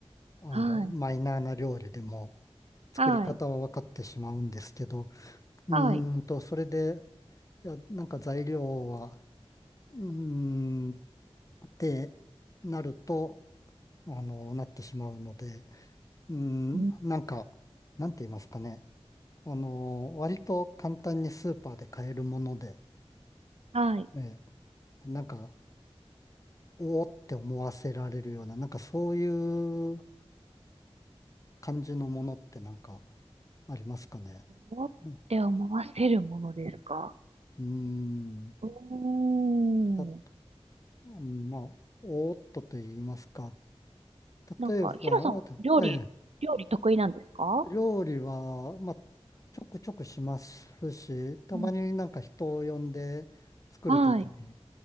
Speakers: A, on the left; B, on the right.
A: あの、
B: はい。
A: マイナーな料理でも作り方は分かってしまうんですけど、
B: はい。はい。
A: うーんと、
B: はい。
A: それで、いや、なんか材料は、うーん、ってなると、あの、なってしまうので、うーん、
B: うん。
A: なんか、なんて言いますかね。あの、割と簡単にスーパーで買えるもので、
B: はい。
A: ね、なんか、おおって思わせられるような、なんかそういう感じのものってなんかありますかね。
B: おって思わせるものですか。
A: うん。うーん
B: おー。
A: た、うんまあ、おーっとと言いますか。
B: なんか、
A: 例えば、
B: ヒロさん、
A: あとええ、
B: 料理、料理得意なんですかは
A: 料理は、まあ、ちょくちょくしますし、たまになんか人を呼んで作るときに、
B: い。うん。はい。